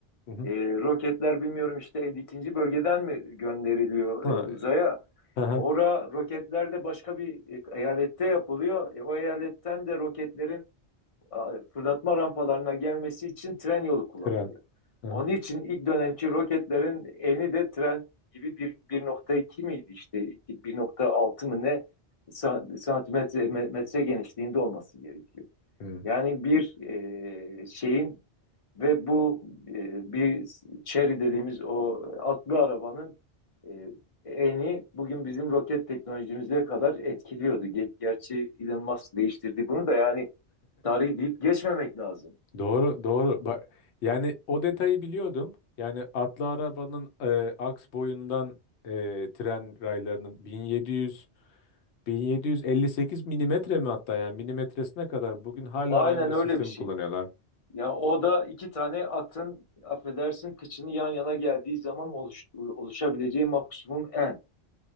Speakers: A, on the left; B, on the left.
A: hı hı.
B: e, roketler bilmiyorum işte elli ikinci bölgeden mi gönderiliyor
A: Ha,
B: e, uzaya?
A: e, hı hı,
B: Ora roketler de başka bir e, eyalette yapılıyor. E, o eyaletten de roketlerin a, fırlatma rampalarına gelmesi için tren yolu kullanılıyor.
A: tren. Hı
B: Onun
A: hı.
B: için ilk dönemki roketlerin eni de tren gibi bir 1.2 miydi işte bir nokta altı mı ne santimetre metre genişliğinde olması gerekiyor.
A: Hmm.
B: Yani bir e, şeyin ve bu e, bir Chery dediğimiz o atlı arabanın e, eni bugün bizim roket teknolojimize kadar etkiliyordu. Ge- Gerçi Elon Musk değiştirdi bunu da yani tarih deyip geçmemek lazım.
A: Doğru, doğru. Bak, yani o detayı biliyordum. Yani atlı arabanın e, aks boyundan e, tren raylarının 1700 1758 milimetre mi hatta yani milimetresine kadar bugün hala
B: Aynen
A: aynı
B: öyle
A: sistemi
B: bir şey.
A: kullanıyorlar.
B: Ya o da iki tane atın affedersin kıçını yan yana geldiği zaman oluş- oluşabileceği maksimum en.